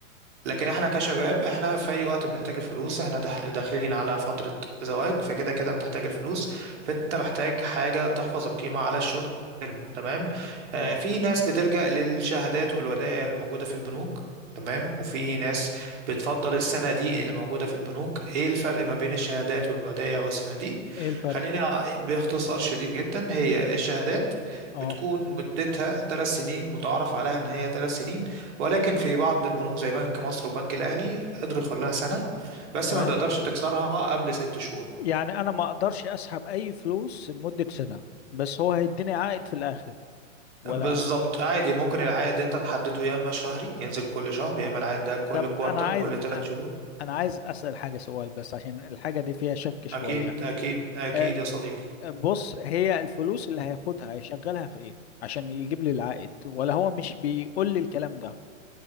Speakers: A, on the right; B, on the left.
A: لكن احنا كشباب احنا في اي وقت بنحتاج الفلوس احنا داخل- داخلين على فترة زواج فكده كده بتحتاج الفلوس فانت محتاج حاجة تحفظ القيمة على الشورت تيرم تمام
B: مم.
A: آه في ناس بتلجأ للشهادات والودائع اللي موجودة في البنوك تمام وفي ناس بتفضل الصناديق اللي موجودة في البنوك ايه الفرق ما بين الشهادات والودائع والصناديق
B: ايه الفرق
A: خلينا باختصار شديد جدا هي الشهادات
B: اه
A: بتكون مدتها ثلاث سنين متعارف عليها ان هي ثلاث سنين ولكن في بعض البنوك زي بنك مصر وبنك الأهلي قدروا يخلوها سنة بس
B: تمام
A: ما تقدرش تكسرها قبل ست شهور
B: يعني انا ما اقدرش اسحب اي فلوس لمدة سنة بس هو هيديني عائد في الاخر ولا
A: بالظبط عادي ممكن العائد انت تحدده يا اما شهري ينزل كل شهر يا اما العائد ده كل
B: طب
A: كوارتر
B: انا عايز
A: كل ثلاث شهور
B: انا عايز اسأل حاجة سؤال بس عشان الحاجة دي فيها شك شوية
A: اكيد اكيد اكيد
B: آه،
A: يا صديقي
B: آه، بص هي الفلوس اللي هياخدها هيشغلها في ايه عشان يجيب لي العائد ولا هو مش بيقول لي الكلام ده